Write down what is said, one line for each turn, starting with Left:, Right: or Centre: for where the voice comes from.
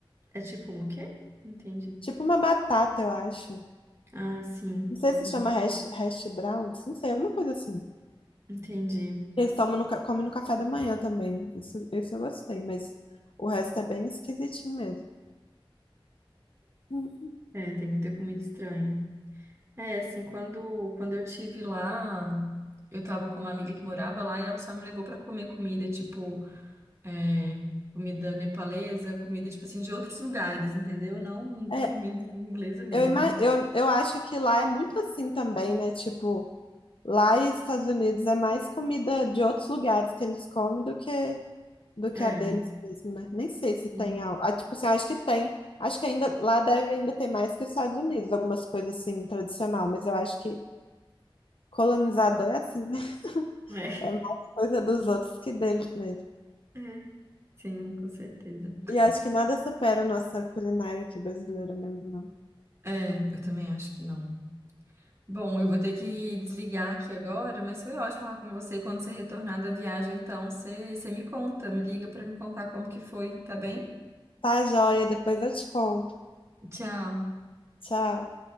Right: É tipo um o quê? Entendi.
Left: Tipo uma batata, eu acho.
Right: Ah, sim,
Left: Não sei
Right: sim.
Left: se chama hash, hash browns, não sei, alguma coisa assim.
Right: Entendi.
Left: Eles tomam no, ca- comem no café da manhã também. Isso, isso eu gostei, mas o resto é bem esquisitinho mesmo. Hum.
Right: É, tem muita comida estranha. É, assim, quando, quando eu tive lá, eu tava com uma amiga que morava lá e ela só me levou pra comer comida, tipo, é, comida nepalesa, comida, tipo assim, de outros lugares, entendeu? Não
Left: É,
Right: comida inglesa mesmo.
Left: eu, ima- eu, eu acho que lá é muito assim também, né? Tipo. Lá nos Estados Unidos é mais comida de outros lugares que eles comem do que, do
Right: É,
Left: que a deles mesmo, né? Nem sei se
Right: sim.
Left: tem algo. Ah, tipo assim, acho que tem. Acho que ainda lá deve ainda ter mais que os Estados Unidos, algumas coisas assim, tradicional, mas eu acho que colonizador é assim, né? <laughs>
Right: É,
Left: É mais coisa dos outros que deles mesmo.
Right: <laughs> é, sim, com certeza.
Left: E eu acho que nada supera a nossa culinária aqui brasileira mesmo, não.
Right: É, eu também acho que não. Bom, eu vou ter que desligar aqui agora, mas foi ótimo falar com você. Quando você retornar da viagem, então, você, você me conta, me liga pra me contar como que foi, tá bem?
Left: Tá, joia, depois eu te conto.
Right: Tchau.
Left: Tchau.